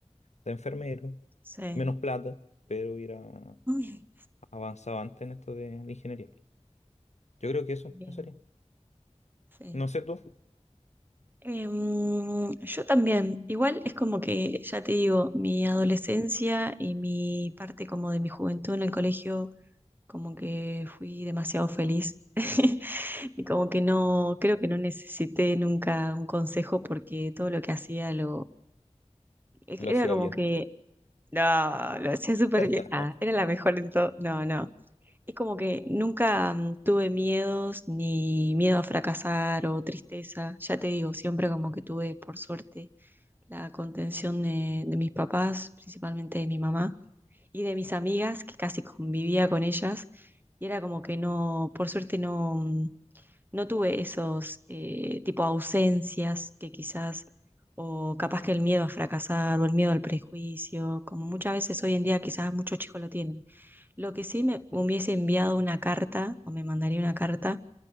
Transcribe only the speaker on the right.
Sí.
Uy,
Bien,
sí.
Em, yo también, igual es como que, ya te digo, mi adolescencia y mi parte como de mi juventud en el colegio, como que fui demasiado feliz <laughs> y como que no, creo que no necesité nunca un consejo porque todo lo que hacía lo, era
como
que, no, lo hacía súper
bien, ah, era la mejor en todo, no, no. Es como que nunca mm, tuve miedos, ni miedo a fracasar o tristeza. Ya te digo, siempre como que tuve, por suerte, la contención de, de mis papás, principalmente de mi mamá, y de mis amigas, que casi convivía con ellas, y era como que no, por suerte no, mm, no tuve esos eh, tipo ausencias que quizás, o capaz que el miedo a fracasar, o el miedo al prejuicio, como muchas veces hoy en día quizás muchos chicos lo tienen. Lo que sí me hubiese enviado una carta, o me mandaría una carta,